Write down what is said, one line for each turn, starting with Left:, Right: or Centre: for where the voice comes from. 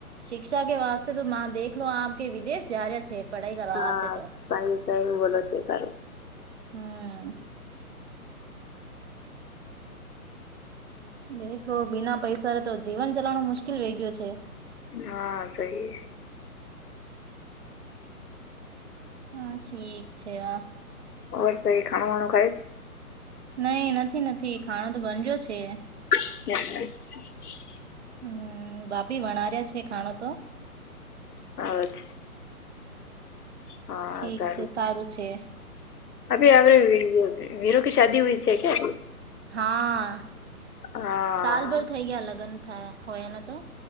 Right: શિક્ષા કે વાસ્તે તો મા દેખલો આપ કે વિદેશ જ્યારે છે. પઢાઈ કરવા
Left: હા
Right: વાતે તો
Left: સાહે સારું બોલો છે સારું.
Right: હમ. દેખો બિના પૈસા ર તો જીવન ચલાવવાનું મુશ્કેલ વે ગયુ છે.
Left: હા સહી.
Right: હા ઠીક છે વા.
Left: ઓય સે ખાણું વાણું ખાય.
Right: નહી નથી નથી ખાણો તો બનજ્યો છે.
Left: <inaudible>
Right: હમ ભાભી વણાર્યો છે ખાણો તો.
Left: હ જ હા
Right: ઠીક
Left: સારું.
Right: છે છે
Left: અભી અભી વિરુ કી શાદી હુયી છે કે.
Right: હા
Left: હા
Right: સાલભર થઈ ગયા લગ્ન થયા હોય એના તો.